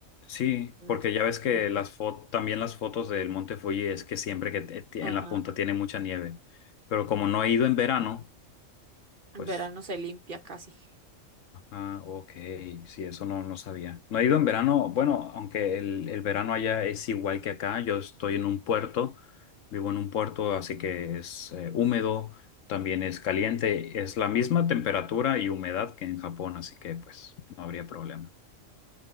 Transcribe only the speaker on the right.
mm,
se
limpia.
Ajá,
en
verano se limpia casi.